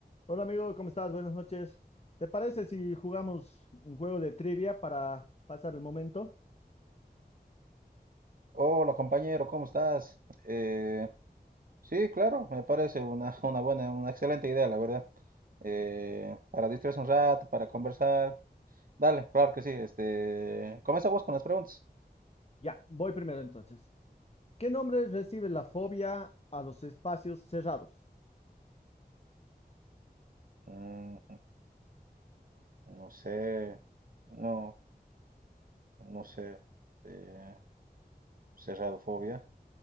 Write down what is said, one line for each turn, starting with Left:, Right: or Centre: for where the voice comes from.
Left: Hola amigo, ¿cómo estás? Buenas noches. ¿Te parece si jugamos un juego de trivia para pasar el momento?
Right: Hola compañero, ¿cómo estás? Eh, sí, claro, me parece una, <laughs> una buena, una excelente idea, la verdad. Eh, para distraerse un rato, para conversar. Dale, claro que sí. Este, comienza vos con las preguntas.
Left: Ya, voy primero entonces. ¿Qué nombre recibe la fobia a los espacios cerrados?
Right: Mm, no sé, no, no sé. Eh, cerradofobia.